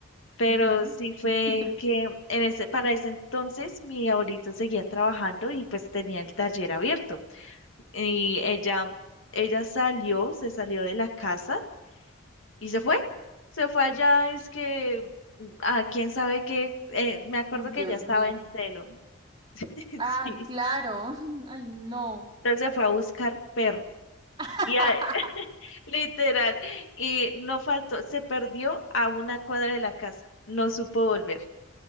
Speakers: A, on the left (about 65°); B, on the right (about 20°).
A: Pero
B: Ujú.
A: sí fue
B: <laughs>
A: que en ese, para ese entonces mi abuelito seguía trabajando y pues tenía el taller abierto. Y ella, ella salió, se salió de la casa y se fue. Se fue allá, es que, a quién sabe qué, eh, me acuerdo
B: Ay,
A: que
B: Dios
A: ella estaba
B: mío.
A: en Telo <laughs>
B: Ah,
A: Sí.
B: claro. <laughs> Ay, no.
A: Entonces se fue a buscar perro.
B: <laughs>
A: Y a- <laughs> literal, y no faltó, se perdió a una cuadra de la casa, no supo volver.